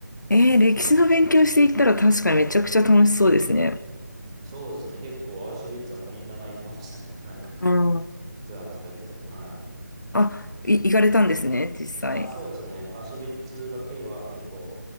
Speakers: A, on the left; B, on the right.
A: えー、歴史の勉強していったら確かにめちゃくちゃ楽しそうですね。
B: そうですね。結構アウシュビッツはもうみんな泣いてましたね。<laughs> なんか
A: うん。
B: ツアーとか行くと。はい。
A: あ、い、行かれたんですね、実際。
B: あ、そうですね。アウシュビッツだけは結構、